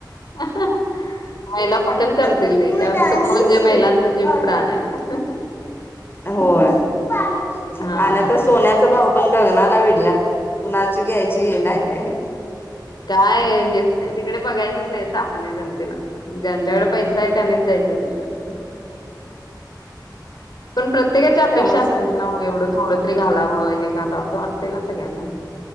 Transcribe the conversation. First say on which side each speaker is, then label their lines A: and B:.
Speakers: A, on the left; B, on the left.
A: महिला पटन करतील
B: दूध
A: ते कारण
B: आणि
A: सोन म्हणजे
B: शीत.
A: महिलांचा जीव की प्राण आहे. <inaudible>
B: होय आणि
A: हा.
B: आता सोन्याच भाऊ पण गगनाला विडल्यात कुणाची घ्यायची हे नाही
A: काय हेच नाही तिकडे बघायचंच नाही सामान्य जनतेन. ज्यांच्याकड पैसा आहे त्यानीच जायचं तिकडं. पण प्रत्येकाची अपेक्षा
B: त्यामुळेच
A: असेच् ना एवढं थोडं तरी घालावं हे घालावं असं वाटते ना सगळ्यांना?